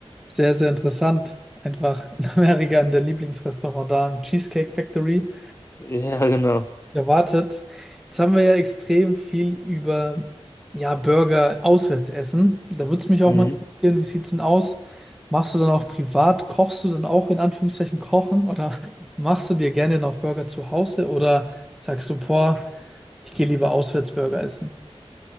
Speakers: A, in the centre; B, on the left.
A: sehr, sehr interessant. Einfach in Amerika in der Lieblingsrestaurant da, im Cheesecake Factory,
B: Ja, genau.
A: erwartet. Jetzt haben wir ja extrem viel über ja, Burger auswärts essen. Da würde es mich auch
B: Mhm.
A: mal interessieren, wie sieht es denn aus? Machst du dann auch privat, kochst du dann auch in Anführungszeichen kochen oder <laughs> machst du dir gerne noch Burger zu Hause oder sagst du, boah, Ich gehe lieber Auswärts-Burger essen.